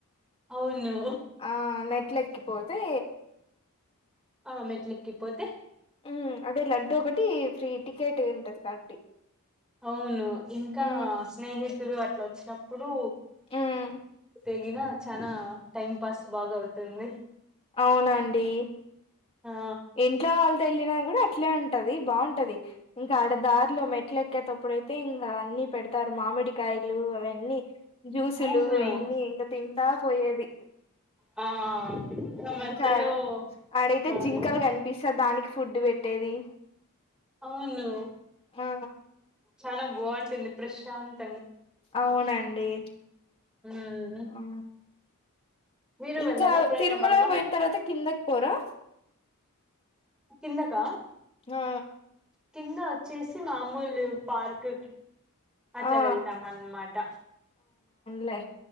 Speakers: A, in the centre; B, on the left (about 25°).
A: అవును
B: ఆ మెట్ల ఎక్కిపోతే
A: ఆ మెట్లెక్కిపోతే
B: మ్మ్ అదే లడ్డూ ఒకటి ఫ్రీ టికెట్ ఉంటది కాబట్టి
A: అవును ఇంకా
B: మ్మ్
A: స్నేహితులు అట్లా వచ్చినప్పుడు
B: మ్మ్
A: తెేగినా చనా టైం పాస్ బాగ అవుతుంది
B: అవునండి
A: ఆ
B: ఇంట్లో వాళ్ళు తెళ్లిన కూడా అట్లే ఉంటది బాగుంటది ఇంకా ఆడ దారిలో మెట్లు ఎక్కేటప్పుడు అయితే ఇంకా అన్ని పెడతారు మామిడికాయలు అవన్నీ జ్యూసులు
A: అవును
B: అవన్నీ ఇంకా తింటా పోయేది
A: ఆ ఆ మధ్యలో
B: చడ అడేతే
A: బాగా
B: జి పిసా దానికి ఫుడ్ పెట్టేది
A: అవును
B: ఆ
A: చనా బాగుంటుంది ప్రశాంత్
B: అవునండి
A: మ్మ్
B: ఆ
A: మీరు
B: ఇంకా
A: వెళ్ళారా ఎప్పుడైనా
B: తిరుమల
A: బాగా
B: పోయిన తర్వాత కిందకి పోరా
A: కిన్నకా
B: హా
A: కింద వచ్చేసి మామూలు పార్క్ అట్లా
B: ఆ
A: వెళ్తాం అన్నమాట
B: లే